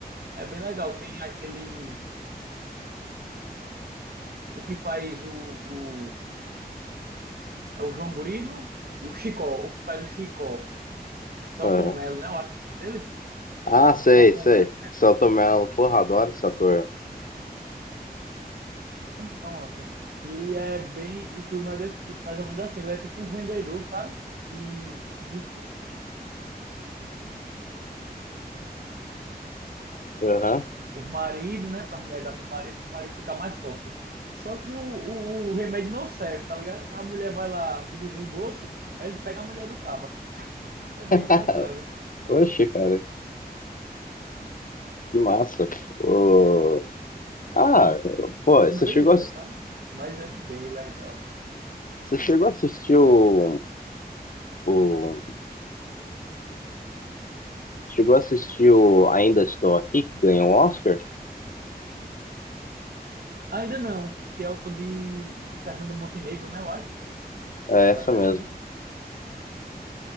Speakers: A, on the right; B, on the left.
A: é bem legal, tem aquele, o que faz o, o, é o João Grilo e o Chicó, o que faz o Chicó, Selton
B: Ah,
A: Mello, né, eu acho o nome dele,
B: Ah,
A: é com
B: sei,
A: Selton
B: sei.
A: Mello,
B: Selton Mello, porra, adoro esse ator.
A: Pronto. Ele é bem. O filme é desse tipo, mais ou menos assim. Ele é tipo um vendedor, sabe? De, de
B: Aham.
A: por marido, né? Pra mulher dar pro marido, pro marido ficar mais forte. Só que o, o, o remédio não serve, tá ligado? A mulher vai lá pedir o reembolso, aí ele pega a mulher do caba. É bem
B: <laughs>
A: engraçado.
B: Oxe, cara, que massa. Ô, Ah, pô, você
A: E é bem
B: chegou
A: louca,
B: a,
A: sabe? Mas é bem legal.
B: você chegou a assistir o, o- Chegou a assistir o Ainda Estou Aqui, que ganhou o Oscar?
A: Ainda não, que é o de, de Fernanda Montenegro, né? Eu acho.
B: É
A: Da
B: essa
A: Fernanda.
B: mesmo.